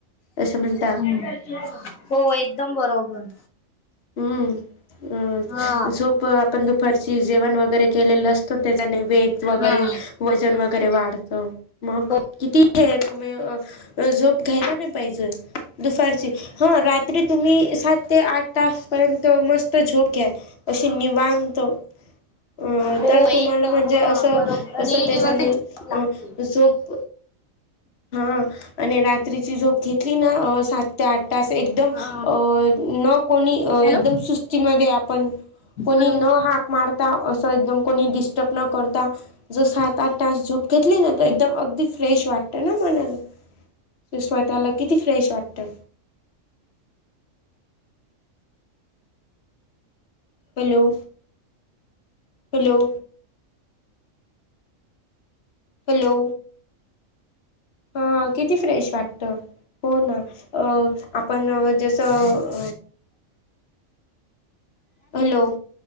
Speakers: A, on the left (about 55°); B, on the left (about 90°).
A: असं म्हणत
B: <unintelligible> हो... एकदम बरोबर.
A: हम्म अ...
B: हा
A: झोप... आपण दुपारची जेवण वगैरे केलेलं असतं... त्याच्याने वेट वगैरे
B: हा
A: वजन व वगैरे वाढतं... मग
B: हो
A: किती हे... तुम्ही झोप घ्यायला नई पाहिजे दुफारची... हा रात्री तुम्ही सात ते आठ तास पर्यंत मस्त झोप घ्या अशी निवांत. अ...
B: हो
A: तर तुम्हाला
B: एक न
A: म्हणजे
B: हा
A: असं,
B: बरोबर
A: कसं
B: आणि
A: त्याच्याने
B: व्यवस्थित लागते
A: अ झोप हा... आणि रात्रीची झोप घेतली ना अ.. सात ते आठ तास... एकदम
B: हा
A: अ... न कोणी...
B: हॅलो
A: एकदम सुस्तीमध्ये आपण कोणी
B: हॅलो
A: न हाक मारता... असं एकदम कोणी डिस्टर्ब न करता जर सात आठ तास झोप घेतली ना.. तर एकदम अगदी फ्रेश वाट ना मनाला... स्वतःला किती फ्रेश वाटतं हॅलो... हॅलो हॅलो... हा किती फ्रेश वाटतं हो ना... अ... आपण जसं हॅलो